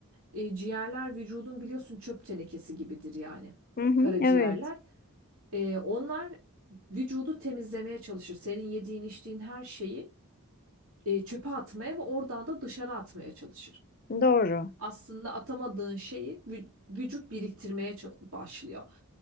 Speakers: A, on the right; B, on the left.
A: e, ciğerler vücudun biliyorsun çöp tenekesi gibidir yani.
B: Hı hı,
A: Karaciğerler.
B: evet
A: E, onlar vücudu temizlemeye çalışır. Senin yediğin içtiğin her şeyi e, çöpe atmaya ve oradan da dışarı atmaya çalışır
B: doğru.
A: aslında atamadığın şeyi vü- vücut biriktirmeye ça- başlıyor.